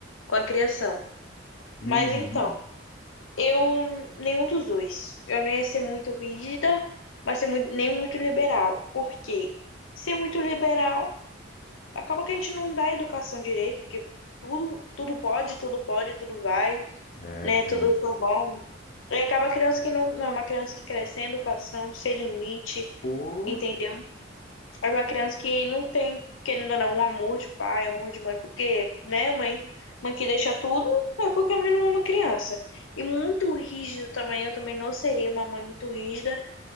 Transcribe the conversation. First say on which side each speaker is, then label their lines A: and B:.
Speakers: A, on the left; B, on the left.
A: Com a criação.
B: Uhum.
A: Mas então, eu nenhum dos dois. Eu não ia ser muito rígida, mas ser muito- nem muito liberal. Por quê? Ser muito liberal, acaba que a gente não dá educação direito, porque tudo, tudo pode, tudo pode, tudo vai,
B: É,
A: né?
B: tem
A: Tudo
B: essa.
A: tá bom. E acaba a criança que não, não é uma criança que cresce sem educação, sem limite,
B: Pô.
A: entendeu? É uma criança que não tem, querendo ou não, um amor de pai, amor de mãe, porque, né, mãe, mãe que deixa tudo é porque a mãe não ama a criança. E muito rígido também, eu também não seria uma mãe muito rígida,